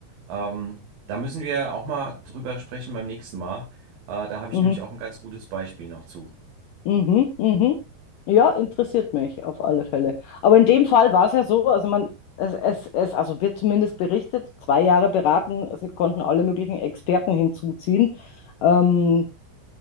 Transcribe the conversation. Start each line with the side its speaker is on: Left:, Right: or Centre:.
Right: Ähm, da müssen wir auch mal drüber sprechen beim nächsten Mal. Äh, da habe ich
Left: Mhm.
Right: nämlich auch ein ganz gutes Beispiel noch zu.
Left: Mhm, mhm. Ja, interessiert mich auf alle Fälle. Aber in dem Fall war es ja so, also man, es, es, es, also wird zumindest berichtet, zwei Jahre beraten, sie konnten alle möglichen Experten hinzuziehen. Ähm,